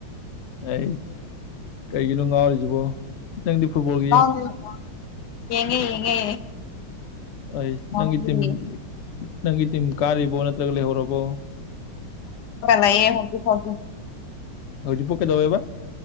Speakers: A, on the left (about 80°); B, on the left (about 65°).
A: ꯍꯩꯁ ꯀꯩꯒꯤꯅꯣ ꯉꯥꯎꯔꯤꯖꯤꯕꯣ ꯅꯪꯗꯤ ꯐꯨꯠꯕꯣꯜ
B: <unintelligible> ꯌꯦꯡꯉꯦ ꯌꯦꯡꯉꯦ
A: ꯑꯩꯁ
B: ꯅꯪꯗꯤ
A: ꯅꯪꯒꯤ ꯇꯤꯝ ꯅꯪꯒꯤ ꯇꯤꯝ ꯀꯥꯔꯤꯕꯣ ꯅꯠꯇ꯭ꯔꯒ ꯂꯩꯍꯧꯔꯕꯣ
B: <unintelligible> ꯍꯧꯖꯤꯛ ꯐꯥꯎꯗꯤ
A: ꯍꯧꯖꯤ ꯄꯣꯛ ꯀꯩꯗꯌꯦꯕꯥ